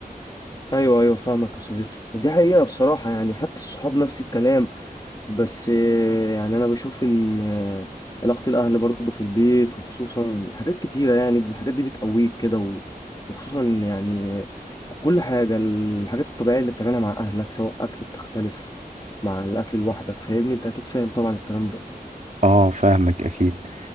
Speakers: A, on the left; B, on the right.
A: ايوه ايوه فاهمك يا صديقي دي حقيقة بصراحة يعني حتى الصحاب نفس الكلام بس آه، يعني انا بشوف ان آه، علاقة الاهل برضه في البيت وخصوصا حاجات كتيرة يعني دي- الحاجات دي بتقويك كده و- وخصوصا يعني كل حاجة الحاجات الطبيعية اللي بتعملها مع اهلك سواء اكل بتختلف مع الاكل لوحدك فاهمني انت اكيد فاهم طبعا الكلام ده
B: اه فاهمك اكيد